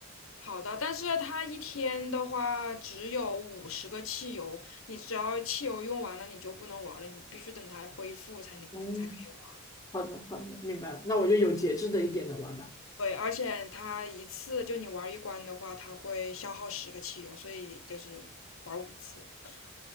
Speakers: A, on the left; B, on the left.
A: 好的，但是它一天的话只有五十个汽油，你只要汽油用完了，你就不能玩了，你必须等它恢复才能才可以玩。
B: 嗯，好的好的，明白了。那我就有节制的一点的玩吧。
A: 对，而且它一次就你玩一关的话，它会消耗十个汽油，所以就是玩五次。<laughs>